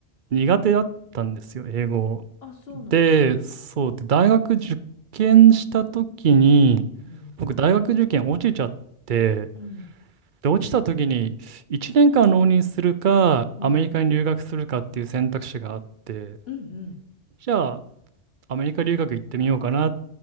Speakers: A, on the right; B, on the left.
A: 苦手だったんですよ、英語。
B: あ、そうなの。
A: で、
B: うん。
A: そうで、大学受験した時に、
B: うん。
A: 僕大学受験落ちちゃって、
B: うん。
A: で、落ちた時に1年間浪人するか、
B: うん。
A: アメリカに留学するかっていう選択肢があって、
B: うん。
A: じゃあアメリカ留学行ってみようかなって